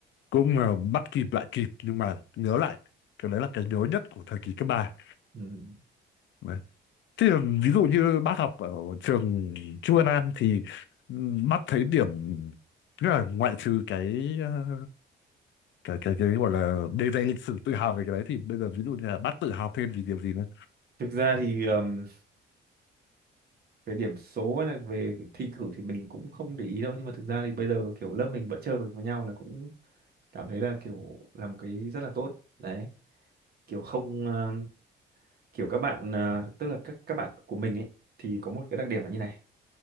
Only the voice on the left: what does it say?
cũng ờ, bắt kịp lại kịp nhưng mà nhớ lại cái đấy là cái nhớ nhất của thời kỳ cấp ba
đấy. Thế là ví dụ như bác học ở trường Chu Văn An thì ừm, bác thấy điểm tức là ngoại trừ cái ờ, cái cái cái gọi là đề danh lịch sử tự hào về cái đấy thì bây giờ ví dụ như là bác tự hào thêm vì điều gì nữa